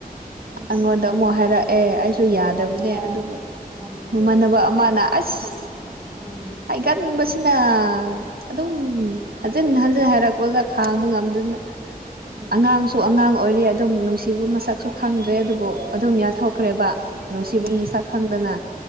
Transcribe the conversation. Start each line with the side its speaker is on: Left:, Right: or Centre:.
Left: ꯅꯨꯡꯁꯤꯌꯦ
Right: ꯑꯩꯉꯣꯟꯗ ꯑꯃꯨꯛ ꯍꯥꯏꯔ ꯑꯦ ꯑꯩꯁꯨ ꯌꯥꯗꯕꯅꯦ
Left: ꯑ
Right: ꯑꯗꯨꯕꯨ
Left: ꯎꯝ
Right: ꯃꯃꯥꯟꯅꯕ ꯑꯃꯅ ꯑꯁ
Left: ꯎꯝ ꯎꯝ
Right: ꯍꯥꯏꯒꯠꯕꯁꯦ ꯁꯤꯅ ꯑꯗꯨꯝ ꯍꯟꯖꯤꯟ ꯍꯟꯖꯤꯟ ꯍꯥꯏꯔꯛꯄꯗ ꯈꯥꯡꯕ ꯉꯝꯗꯅ
Left: ꯎꯝ
Right: ꯑꯉꯥꯡꯁꯨ ꯑꯉꯥꯡ ꯑꯣꯏꯔꯤ ꯑꯗꯨꯝ ꯅꯨꯡꯁꯤꯕ ꯃꯁꯛꯁꯨ ꯈꯪꯗ꯭ꯔꯦ ꯑꯗꯨꯕꯨ ꯑꯗꯨꯝ ꯌꯥꯊꯣꯛ ꯀꯈ꯭ꯔꯦꯕ ꯅꯨꯡꯁꯤꯕ
Left: ꯎꯝ
Right: ꯃ ꯁꯛ ꯈꯪꯗꯅ